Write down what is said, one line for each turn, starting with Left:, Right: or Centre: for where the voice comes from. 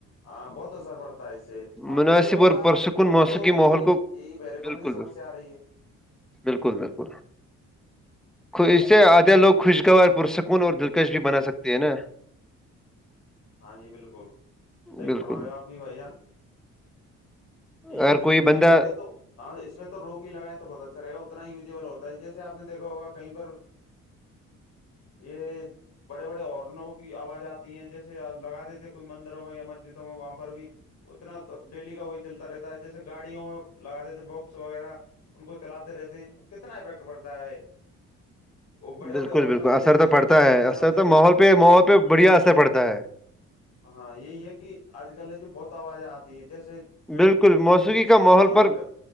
Left: ہاں بہت اثر پڑتا ہے اس سے آپ
Centre: مناسب
Left: نے دیکھا ہوگا
Centre: اور پرسکون
Left: بہت
Centre: موسیقی
Left: لوگوں
Centre: ماحول
Left: کو یہ بہرے پن
Centre: بالکل
Left: کی
Centre: بال-
Left: سمسیا آ رہی ہے
Centre: بالکل بالکل اس سے آدھے لوگ خوشگوار پرسکون اور دلکش بھی بنا سکتے ہیں نا
Left: ہاں جی بالکل صحی
Centre: بالکل
Left: فرما
Centre: بالکل،
Left: رہے ہو آپ بھی بھائی جان لیکن
Centre: اگر کوئی
Left: میوزک
Centre: بندہ
Left: ہے تو ہاں اس میں تو روک ہی لگائیں تو بہت اچھا رہے گا اتنا یوزیبل ہوتا ہے جیسے آپ نے دیکھا ہوا کہیں پر یہ بڑے بڑے ہارنوں کی آواز آتی ہے جس لگا دیتے تھے کوئی مندروں میں یا مسجدوں میں وہاں پر بھی اتنا ڈیلی کا وہی چلتا رہتا ہے جیسے گاڑیوں میں لگا دیتے تھے بپس وغیرہ ان کو چلاتے رہتے ہیں کتنا افیکٹ پڑتا ہے وہ بڑے
Centre: بالکل
Left: بڑے ہارن
Centre: بالکل
Left: لگا لیتے
Centre: اثر تو
Left: ہیں ان
Centre: پڑتا
Left: کو بجاتے
Centre: ہے
Left: جاتے
Centre: اثر تو
Left: ہیں
Centre: ماحول پہ ماحول پہ بڑھیا اثر
Left: ہاں
Centre: پڑتا ہے
Left: ہاں یہی ہے کہ آج کل جو بہت آوازیں آتی ہے جیسے کئی
Centre: بالکل موسیقی کا
Left: شادی
Centre: ماحول
Left: ہے
Centre: پر